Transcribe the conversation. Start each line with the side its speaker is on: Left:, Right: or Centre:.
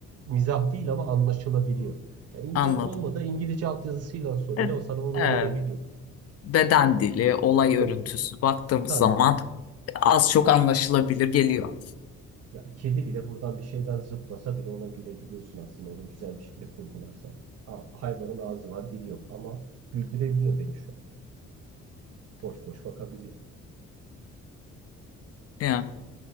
Right: mizah değil ama anlaşılabiliyor. Ya İngi
Left: Anladım.
Right: olmadı İngilizce altyazısıyla olsa
Left: Evet.
Right: bile o sana onu
Left: Evet.
Right: verebiliyor.
Left: Beden dili, olay
Right: Be,
Left: örüntüsü baktığımız
Right: tabii.
Left: zaman az çok anlaşılabilir geliyor.
Right: Ya kedi bile buradan bir şeyden zıplasa bile ona gülebiliyorsun aslında onu güzel bir şekilde kurgularsan. Ha, hayvanın ağzı var, dili yok ama güldürebiliyor beni şu an. Boş boş bakabiliyor.
Left: Yani.